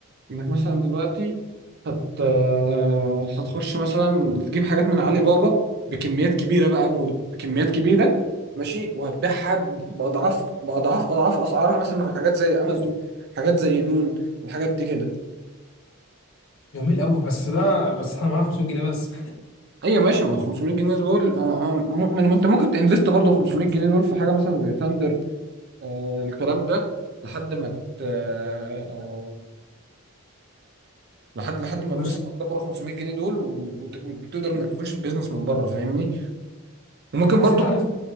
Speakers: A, on the right; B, on the left.
A: انك مثلا دلوقتي هت آه، هتخش مثلا تجيب حاجات من علي بابا بكميات كبيره بقى موت بكميات كبيره ماشي وهتبيعها باضعاف باضعاف اضعاف اسعارها مثلا على حاجات زي امازون حاجات زي نون الحاجات دي كده
B: جميل قوي بس ده بس احنا معانا 500 جنيه بس
A: ايوه ماشي ما هو 500 جنيه دول اه اه م- ما ما انت ممكن تنفست برضه ال 500 جنيه دول في حاجه مثلا زي ثاندر آه الكلام ده لحد ما ت- آه آه، لحد
B: <laughs>
A: لحد ما الناس
B: بص
A: هتكبر 500 جنيه دول و- وت- وتقدر انك تخش البيزنس من بره فاهمني وممكن برضو
B: بس انت عارف